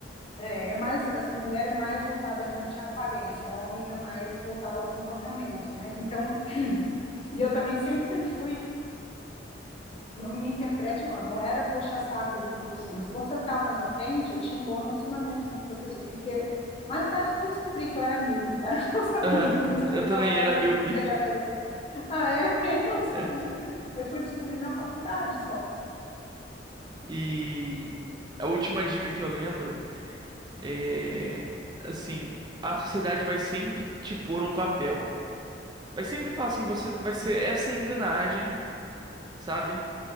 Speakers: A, on the left (about 30°); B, on the right (about 25°).
A: É, é mais assim, mulher é mais voltada realmente à aparência, homem é mais voltado ao comportamento, né? Então, e eu também sempre fui, não me interprete mal, não era puxa-saco de professor, mas quando eu estava na frente, eu tinha um bom relacionamento com os professores, porque mais tarde que eu descobri que eu era míope, tá? <laughs> Eu não sabia,
B: Aham, <laughs>
A: mas eu
B: eu
A: sentava
B: também
A: na
B: era
A: frente
B: míope.
A: para enxergar melhor. Ah, é? <laughs> Eu não sabia.
B: É.
A: Eu fui descobrir na faculdade só.
B: E a última dica que eu lembro é assim, a sociedade vai sempre te pôr um papel. Vai sempre falar assim, você vai ser essa engrenagem, sabe?